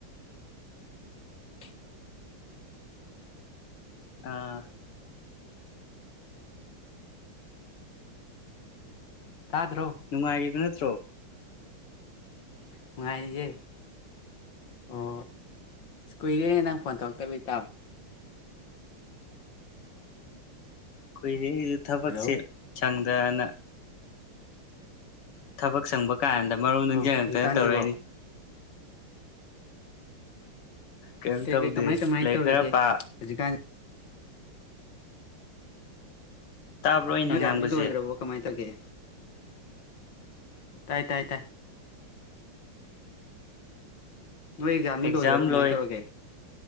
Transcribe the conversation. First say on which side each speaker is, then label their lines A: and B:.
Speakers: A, on the left (about 55°); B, on the left (about 85°).
A: <inaudible>
B: ꯑꯥ
A: ꯇꯥꯗ꯭ꯔꯣ
B: ꯅꯨꯡꯉꯥꯏꯔꯤꯕ ꯅꯥꯠ ꯭ꯔꯣ
A: ꯅꯨꯡꯉꯥꯏ ꯔꯤꯌꯦ ꯑꯣ ꯀꯨꯏꯔꯦ ꯅꯪ ꯐꯣꯟ ꯇꯧꯔꯛꯇꯕ ꯏꯇꯥꯎ
B: ꯀꯨꯏ ꯑꯩ ꯊꯕꯛꯁꯦ
A: ꯍꯜꯂꯣ
B: ꯁꯪꯗꯗꯅ ꯊꯕꯛ ꯁꯪꯕ ꯀꯥꯟꯗ ꯃꯔꯨꯝ ꯅꯨꯡꯁꯤꯡꯉꯛꯇꯅ
A: ꯑꯣ ꯍꯧꯖꯤꯛꯀꯥꯟꯁꯤꯕꯣ
B: ꯇꯧꯔꯛꯏꯅꯤ ꯀꯩꯝ
A: ꯀꯩ
B: ꯇꯧꯗꯦ
A: ꯀꯩ ꯀꯃꯥꯏ ꯀꯃꯥꯏꯅ
B: ꯂꯥꯏꯔꯤꯛ
A: ꯇꯧꯔꯤꯒꯦ
B: ꯈꯔ ꯄꯥ
A: ꯍꯧꯖꯤꯛꯀꯥꯟ ꯖꯤꯕꯣ
B: ꯇꯥꯕ꯭ꯔꯣ ꯑꯩꯅ
A: ꯅꯣꯏ
B: ꯉꯥꯡꯕꯁꯦ
A: <unintelligible> ꯂꯣꯏꯈ꯭ꯔꯕꯣ ꯀꯃꯥꯏꯅ ꯇꯧꯒꯦ ꯇꯥꯏ ꯇꯥꯏ ꯇꯥꯏ ꯅꯣꯏ ꯑꯦꯛꯖꯥꯝꯗꯤ
B: ꯑꯦꯛꯖꯥꯝ
A: ꯂꯣꯏꯈ꯭ꯔꯕꯣ ꯀꯃꯥꯏꯅ
B: ꯂꯣꯏ
A: ꯇꯧꯔꯒꯦ